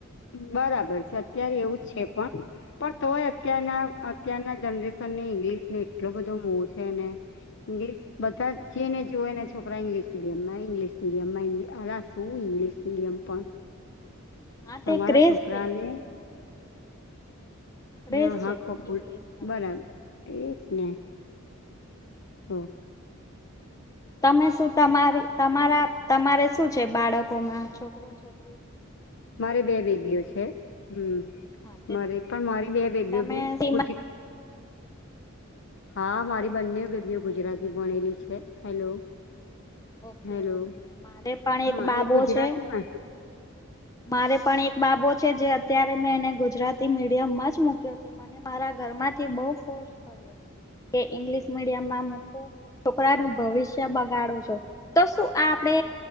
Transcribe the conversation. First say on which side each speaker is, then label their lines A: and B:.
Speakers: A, on the left; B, on the left.
A: બરાબર છે અત્યારે એવું જ છે પણ પણ તોય અત્યારના અત્યારના જનરેશનને ઈંગ્લિશ ને એટલું બધો મોહ છે ને ઈંગ્લિશ બધા છે ને જો એને છોકરા ઇંગલિશ મીડિય માં ઈંગ્લિશ મીડિયમમાં હ શું ઇંગ્લિશ મીડીયમ પણ
B: હા
A: તમારા
B: તે ક્રેઝ
A: છોકરાને
B: છે ક્રેઝ
A: હા હા
B: છે
A: કોબ બોલ
B: ઇંગ્લિશમાં
A: બરાબર એ જ ને તો
B: તમે શું તમારી તમારા તમારે શું છે બાળકોમાં છોકરો છોક
A: મારે બે બેબીઓ છે હમ્મ
B: હા તે
A: મારે પણ મારી બે બેબીઓ
B: તમે
A: ભી
B: સીમા
A: ગુજ હા
B: હલો
A: મારી બંને બેબીઓ ગુજરાતી ભણેલી છે હેલો
B: ઓકે
A: હેલો
B: ઓકે મારે પણ
A: હા
B: એક બાબો
A: એ ગુજરાતીમાં
B: છે. મારે પણ એક બાબો છે જે અત્યારે મેં એને ગુજરાતી મીડિયમ માં જ મુૂક્યો છે મને મારા ઘર માંથી બહુ ફોર્સ કર્યો કે ઇંગ્લિશ મીડિયમમાં મુકો છોકરાનું ભવિષ્ય બગાડો છો તો શું આપડે